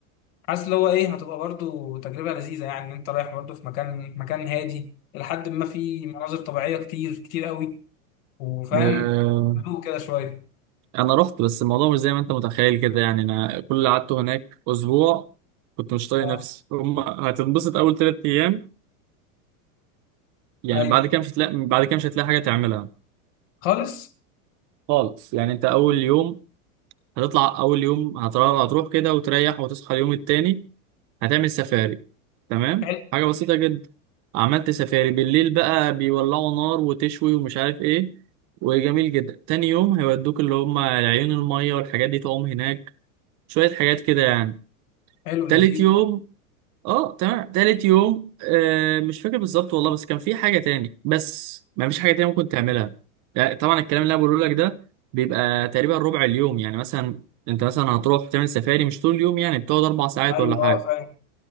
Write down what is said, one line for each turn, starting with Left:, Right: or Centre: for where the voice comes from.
Left: حاسس اللي هو ايه هتبقى برضو تجربة لذيذة يعني ان انت رايح برضو في مكان مكان هادي لحد ما في مناظر طبيعية كتير كتير قوي وفاهم
Right: آه.
Left: هدوء كده شوية
Right: انا رحت بس الموضوع مش زي ما انت متخيل كده يعني انا كل اللي قعدته هناك اسبوع كنت مش طايق
Left: اه
Right: نفسي هم هتنبسط اول ثلاث ايام يعني
Left: ايوه
Right: بعد كده مش هتلاقي بعد كده مش هتلاقي حاجه تعملها
Left: خالص
Right: خالص يعني انت اول يوم هتطلع اول يوم هتروح هتروح كده وتريح وتصحى اليوم التاني هتعمل سفاري تمام
Left: حلو
Right: حاجه بسيطه جدا عملت سفاري بالليل بقى بيولعوا نار وتشوي ومش عارف ايه وجميل جدا تاني يوم هيودوك اللي هم عيون الميه والحاجات دي تعوم هناك شويه حاجات كده يعني
Left: حلو لذيذ
Right: تالت يوم
Left: آه.
Right: اه تمام تالت يوم آه مش فاكر بالظبط والله بس كان في حاجة تاني بس ما فيش حاجة تانية ممكن تعملها لا، طبعا الكلام اللي انا بقوله لك ده بيبقى تقريبا ربع اليوم يعني مثلا انت مثلا هتروح تعمل سفاري مش طول اليوم يعني بتقعد اربع ساعات
Left: ايوه
Right: ولا حاجة
Left: اه فاهم